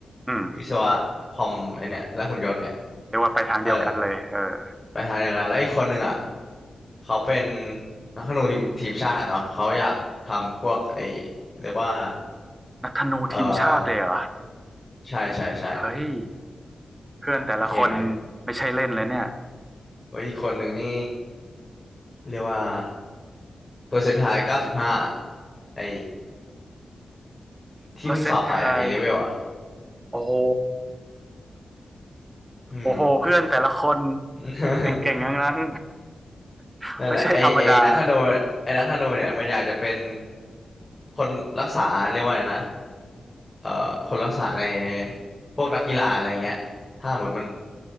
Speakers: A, on the right (about 20°); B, on the left (about 35°).
A: อืม
B: วิศวะคอมไอเนี่ยและหุ่นยนต์เนี่ย
A: เรียกว่าไปทางเดียวกันเลยเออ
B: เออไปทางเดียวกันแล้วอีกคนหนึ่งอ่ะเขาเป็นนักธนูทีมทีมชาติเนาะเขาอยากทำพวกไอเรียกว่า
A: นักธนูทีมชาติเลยเหรอ
B: เออใช่ใช่ใช่
A: เฮ้ย เพื่อนแต่ละคน
B: เท่ไหม
A: ไม่ใช่เล่นเลยเนี่ย
B: โอ้ยอีกคนหนึ่งนี่เรียกว่าเปอร์เซ็นต์ทายเก้าสิบห้าไอที่เพิ่งสอบไปอ่ะเอเลเวลอ่ะ
A: เพอราะเซนตไทยโอ้โห
B: อืม
A: โอ้โหเพื่อนแต่ละคน
B: <laughs>
A: เก่งๆทั้งนั้น <laughs>
B: นั่นแหละไอไอนักธนู
A: ไม่ใช่ธรรมดา
B: ไอนักธนูเนี่ยมันอยากจะเป็นคนรักษาเรียกว่าไงนะเอ่อคนรักษาในพวกนักกีฬาอะไรเงี้ยถ้าหมดมัน